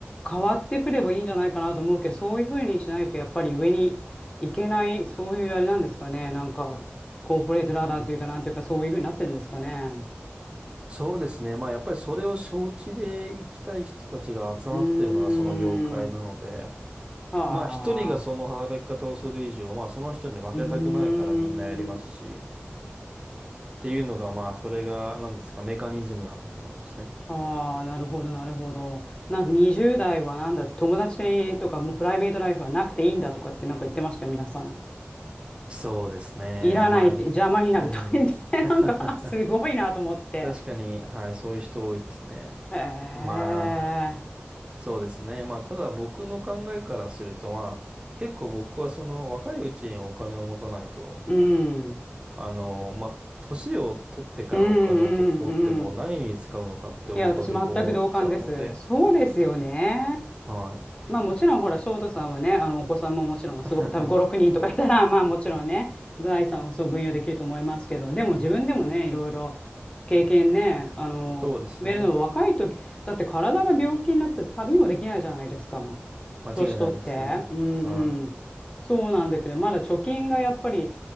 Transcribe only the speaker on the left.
変わってくればいいんじゃないかなと思うけど、そういうふうにしないとやっぱり上に行けない、そういうあれなんですかね。なんか、コーポレートラダーというか、なんというか、そういうふうになってるんですかね。
うーん。はあ。
うーん。
ああ、なるほど、なるほど。なんか20代はなんだ、友達とかもうプライベートライフはなくていいんだとかってなんか言ってましたよ、皆さん。
いらないって、
邪魔になるとか言って、
なんか、あすごいなと思って。
へえ、
うん、
うん、うん、うん。いや、私、全く同感です。そうですよね。
まあ、もちろん、ほら、翔太さんはね、あの、お子さんももちろん、すごく多分5、
6人とかいたら、まあ、もちろんね、財産をそう分与できると思いますけど、でも自分でもね、いろいろ経験ね、あの、
積めるの若い時、だって体が病気になって旅もできないじゃないですか。
年取って。うんうん。
そうなんだけど、まだ貯金がやっぱり